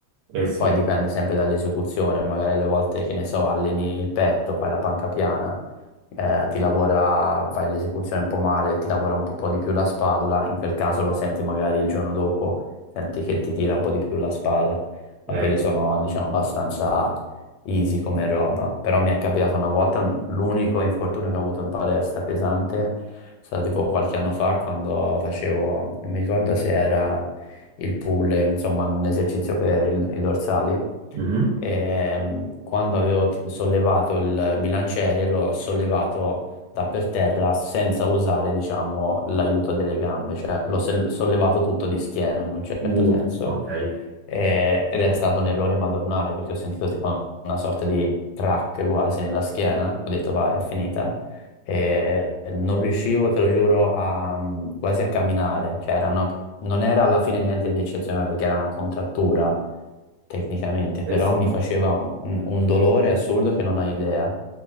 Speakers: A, on the right; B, on the left.
A: Eh sì.
B: Poi dipende sempre dall'esecuzione, magari le volte che ne so, alleni il petto, fai la panca piana eh, ti lavora, fai l'esecuzione un po' male, ti lavora un po', po' di più la spalla, in quel caso lo senti magari il giorno dopo, senti che ti tira un po' di più la spalla, ma
A: Eh.
B: quelli sono, diciamo, abbastanza easy come roba. Però mi è capitato una volta, l'unico infortunio che ho avuto in palestra pesante è stato tipo qualche anno fa quando facevo, non mi ricordo se era il pull, insomma, un esercizio per il- i dorsali.
A: Mhm.
B: Ehm, quando avevo t- sollevato il bilanciere, l'ho sollevato da per terra senza usare, diciamo, l'aiuto delle gambe, cioè l'ho sel- sollevato tutto di schiena in un certo
A: Uh,
B: senso.
A: ok,
B: E- ed è stato un errore madornale perché ho sentito tipo una sorta di crack quasi nella schiena. Ho detto, vai, è finita e non riuscivo, te lo giuro, a, mm, quasi a camminare. Cioè, era una- non era alla fine niente di eccezionale perché era una contrattura tecnicamente, però
A: eh sì.
B: mi faceva un, un dolore assurdo che non hai idea.